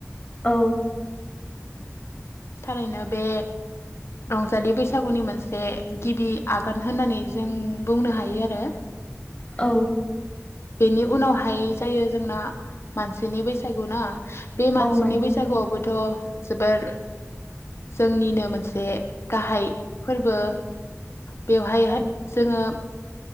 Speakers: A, on the left (about 20°); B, on the left (about 55°).
A: औ
B: थारैनो बे रंजालि बैसागुनि मोनसे गिबि आगान होननानै जों बुंनो हायो आरो
A: औ
B: बेनि उनावहाय जायो जोंना मानसिनि बैसागु ना। बे मानसिनि
A: औ मानसि
B: बैसागुआव बोथ जोबोर जोंनिनो मोनसे गाहाय फोरबो बेवहायहाय
A: औ
B: जोङो